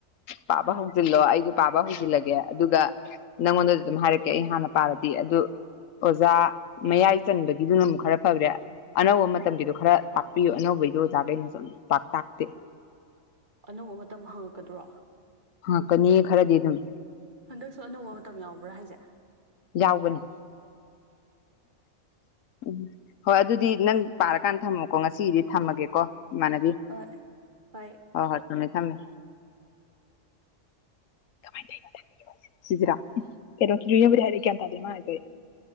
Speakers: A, on the left (about 75°); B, on the right (about 35°).
A: ꯄꯥꯕ ꯍꯧꯖꯤꯜꯂꯣ ꯑꯩꯖꯨ ꯄꯥꯕ ꯍꯧꯖꯤꯜꯂꯒꯦ ꯑꯗꯨꯒ ꯅꯪꯉꯣꯟꯗꯁꯨ ꯑꯗꯨꯝ ꯍꯥꯏꯔꯛꯀꯦ ꯑꯩ ꯍꯥꯟꯅ ꯄꯥꯔꯗꯤ ꯑꯗꯨ ꯑꯣꯖꯥ ꯃꯌꯥꯏ ꯆꯟꯕꯒꯤꯗꯨꯅ ꯑꯃꯨꯛ ꯈꯔ ꯐꯒꯔꯦ ꯑꯅꯧꯕ ꯃꯇꯝꯒꯤꯗꯣ ꯈꯔ ꯇꯥꯛꯄꯤꯌꯨ ꯑꯅꯧꯕꯒꯤꯗꯣ ꯑꯣꯖꯥꯒꯩꯅꯁꯨꯝ ꯄꯥꯛ ꯇꯥꯛꯇꯦ
B: ꯑꯅꯧꯕ ꯃꯇꯝ ꯍꯪꯉꯛꯀꯗ꯭ꯔꯣ
A: ꯍꯪꯉꯛꯀꯅꯤꯌꯦ ꯈꯔꯗꯤ ꯑꯗꯨꯝ
B: ꯍꯟꯗꯛꯁꯨ ꯑꯅꯧꯕ ꯃꯇꯝ ꯌꯥꯎꯕ꯭ꯔꯥ ꯍꯥꯏꯁꯦ
A: ꯌꯥꯎꯕꯅꯤ ꯎꯝ ꯍꯣꯏ ꯑꯗꯨꯗꯤ ꯅꯪ ꯄꯥꯔꯀꯥꯟꯗ ꯊꯝꯃꯣꯀꯣ ꯉꯁꯤꯒꯤꯗꯤ ꯊꯝꯃꯒꯦ ꯀꯣ ꯏꯃꯥꯅꯕꯤ
B: ꯍꯣꯏ ꯍꯣꯏ
A: ꯍꯣ ꯍꯣꯏ ꯊꯝꯃꯦ ꯊꯝꯃꯦ <unintelligible> ꯁꯤꯖꯤꯔꯥꫭ ꯀꯩꯅꯣ <unintelligible> ꯍꯥꯏꯔꯛꯏ ꯒ꯭ꯌꯥꯟ ꯇꯥꯗꯦ ꯃꯥ ꯍꯥꯏꯗꫭ ꯑꯩ